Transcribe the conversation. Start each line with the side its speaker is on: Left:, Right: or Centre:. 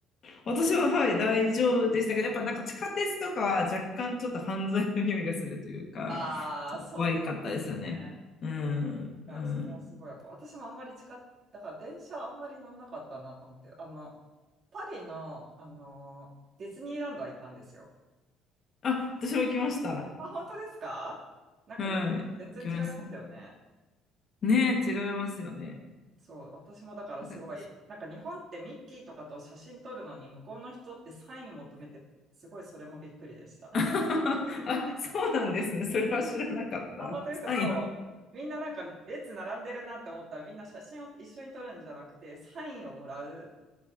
Left: 私は、はい、大丈夫でしたけど、やっぱなんか地下鉄とかは若干ちょっと犯罪の匂いがするというか、
Right: ああそうですよね。
Left: ちょっと怖かったですよね。うん、
Right: いや、
Left: うん。
Right: それはすごいやっぱ私もあんまり近っ、だから電車あんまり乗んなかったなと思って、あの、パリの、あの、ディズニーランドは行ったんですよ。
Left: あ、私も来ました。
Right: あ、本当ですかなんか日本、
Left: はい、
Right: 全然違いますよね。
Left: 来ました。ね、違いますよね。
Right: そう、私もだからすごい、
Left: なんか
Right: なんか日本ってミッキーとかと写真撮るのに向こうの人ってサイン求めて、すごいそれもびっくりでした。
Left: <laughs> あ、そうなんですね。それは知らなかった。
Right: あ、本当よくそう。
Left: サイン。
Right: みんななんか列並んでるなって思ったらみんな写真を一緒に撮るんじゃなくてサインをもらう。